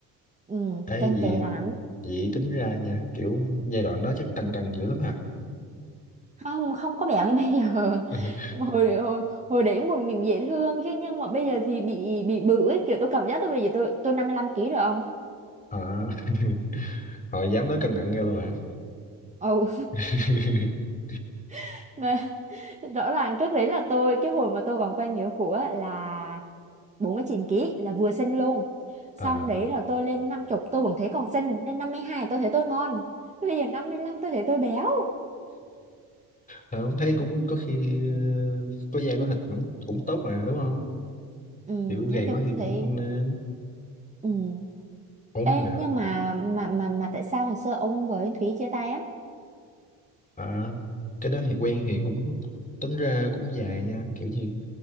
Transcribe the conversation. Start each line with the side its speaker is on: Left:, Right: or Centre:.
Right: ừ,
Left: ê
Right: tinh
Left: gì
Right: tế lắm
Left: vậy tính ra nha kiểu giai đoạn đó chắc tăng cân dữ lắm hả
Right: không không có béo như bây giờ <laughs>
Left: <laughs>
Right: hồi hồi, hồi đấy mình, mình dễ thương chứ nhưng mà bây giờ thì bị bị bự ấy kiểu tôi cảm giác tôi bây giờ tôi tôi 55 ký rồi ông
Left: à, <laughs> họ dám nói cân nặng ra luôn hả
Right: ồ
Left: <laughs>
Right: <laughs> mà rõ ràng trước đấy là tôi cái hồi mà tôi còn quen người yêu cũ á là 49 kg là vừa xinh luôn xong
Left: à,
Right: đấy là tôi lên năm chục tôi vẫn thấy còn xinh lên 52 tôi thấy tôi ngon bây giờ 55 tôi thấy tôi béo
Left: không thấy cũng có khi ờ, có da có thịt vẫn cũng tốt mà đúng không
Right: ừ,
Left: kiểu gầy
Right: nói chung
Left: quá thì
Right: tôi thấy
Left: cũng không nên
Right: ừ.
Left: ốm
Right: Ê,
Left: mà
Right: nhưng mà mà mà mà tại sao ngày xưa ông với Thúy chia tay á
Left: à, cái đó thì quen thì cũng tính ra cũng dài nha kiểu gì